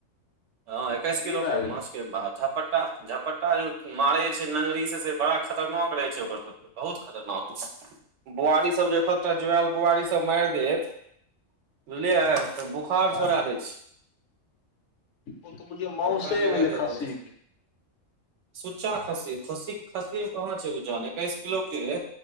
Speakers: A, on the right; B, on the left.
A: ह एकैस
B: हेवी
A: किलो
B: भए
A: के
B: गेलै
A: माछ के झापट झपट्टा जे मारे छै नंगरी से बड़ा खतरनाक रहे छै ओकर सभ बहुत खतरनाक बुआरी सभ जे एखकटा जुआइल बुआरी सभ मारि देत बुझलियै तऽ बोखार
B: हँ
A: छोड़ा दै छै।
B: ओ तऽ बुझियो मौंसे
A: बोखार लगा
B: भेलै
A: देत
B: खस्सी
A: ओ जे
B: क
A: सुच्चा खस्सी खस्सी खस्सी मे कहाँ छै ओजान एकैस किलो क